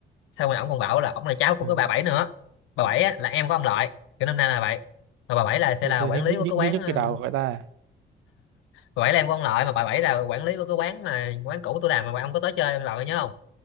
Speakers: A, on the left; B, on the right.
A: xong rồi ổng còn bảo là ổng là cháu của
B: ừ.
A: cái bà bảy nữa bà bảy á, là em của ông lợi kiểu năm nay là vậy mà bà bảy là sẽ
B: Rồi
A: là
B: sao
A: quản
B: nhức
A: lý
B: nhức
A: của
B: nhức
A: cái quán
B: nhức nhức
A: ờ,
B: cái đầu của người ta
A: bà bảy là em của ông lợi mà bà bảy là quản lý của cái quán mà quán cũ tôi làm mà ông có tới chơi ông lợi nhớ không